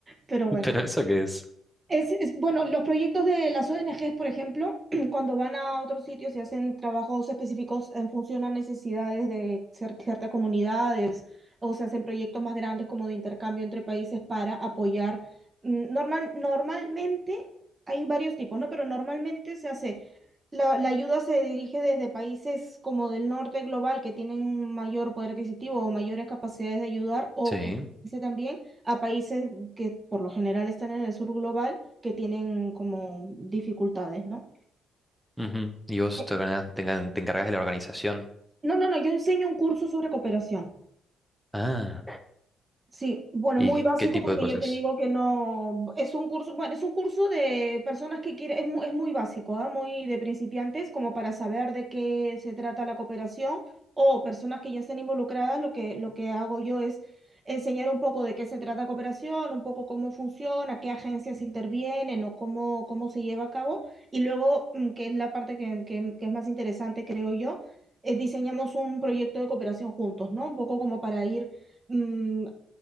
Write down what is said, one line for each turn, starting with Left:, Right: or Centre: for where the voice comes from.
Right: pero bueno,
Centre: <laughs> ¿Pero eso qué es?
Right: Es, es- bueno, los proyectos de las ONGs, por ejemplo, <clears throat> cuando van a otros sitios y hacen trabajos específicos en función a necesidades de cier- ciertas comunidades, o se hacen proyectos más grandes como de intercambio entre países para apoyar. mm, Normal, normalmente hay varios tipos, ¿no? Pero normalmente se hace, la, la ayuda se dirige desde países como del norte global que tienen mayor poder adquisitivo o mayores capacidades de ayudar, o
Centre: Sí.
Right: eh, también a países que por lo general están en el sur global que tienen como dificultades, ¿no?
Centre: ujú. ¿Y vos
Right: Eh,
Centre: te, organa- te engan- te encargas de la organización?
Right: No, no, no, yo enseño un curso sobre cooperación.
Centre: Ah,
Right: Sí, bueno,
Centre: ¿y
Right: muy básico
Centre: qué tipo
Right: porque
Centre: de cosas?
Right: ya te digo que no, es un curso, bueno, es un curso de personas que quieren, es, mu- es muy básico, ¿ah? Muy de principiantes, como para saber de qué se trata la cooperación o personas que ya estén involucradas, lo que, lo que hago yo es enseñar un poco de qué se trata cooperación, un poco cómo funciona, qué agencias intervienen o cómo, cómo se lleva a cabo. Y luego, mm, que es la parte que, que que es más interesante, creo yo, eh, diseñamos un proyecto de cooperación juntos, ¿no? Un poco como para ir... mm,